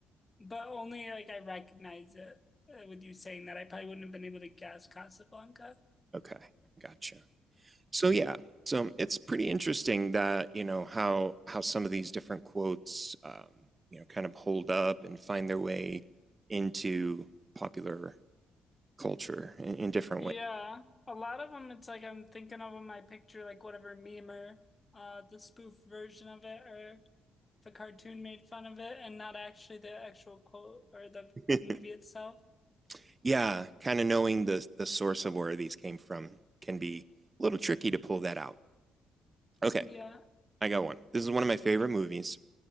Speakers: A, on the left; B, on the right.
A: But only like I recognize it uh, with you saying that. I probably wouldn't have been able to guess Casablanca.
B: Okay. Gotcha. So yeah. So um, it's pretty interesting that, you know, how how some of these different quotes um, you know, kind of hold up and find their way into popular culture in, in different
A: Yeah, a lot of them, it's like I'm thinking of them. I picture like whatever meme or uh, the spoof version of it or the cartoon made fun of it and not actually the actual quote or the
B: ways.
A: movie itself.
B: <laughs> yeah, kind of knowing the the source of where these came from can be a little tricky to pull that out. Okay,
A: Yeah.
B: I got one. This is one of my favorite movies,